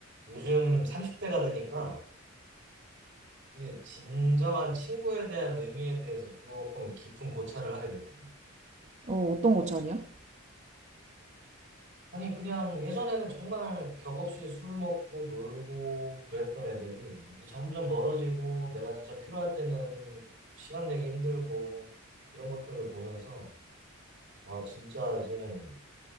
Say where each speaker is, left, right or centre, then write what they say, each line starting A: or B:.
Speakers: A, on the right; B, on the right.
A: 요즘 30대가 되니까 이제 진정한 친구에 대한 의미에 대해서 조금 깊은 고찰을 하게 됐거든.
B: 어, 어떤 옷차림이야?
A: 아니, 그냥 예전에는 정말 격 없이 술 먹고 놀고 그랬던 애들이 이제 점점 멀어지고 내가 진짜 필요할 때는 시간 내기 힘들고 이런 것들을 보면서 와, 진짜 이제는